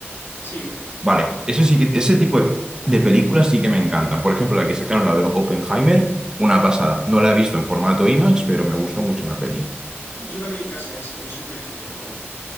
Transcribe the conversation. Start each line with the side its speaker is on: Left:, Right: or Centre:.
Left: Sí,
Right: Vale, eso sí que, ese tipo de, de películas sí que me encantan. Por ejemplo, la que sacaron, la de Oppenheimer, una pasada. No la he visto en formato IMAX, pero me gustó mucho la peli.
Left: Yo la vi en casa esa y es un peliculón, vamos.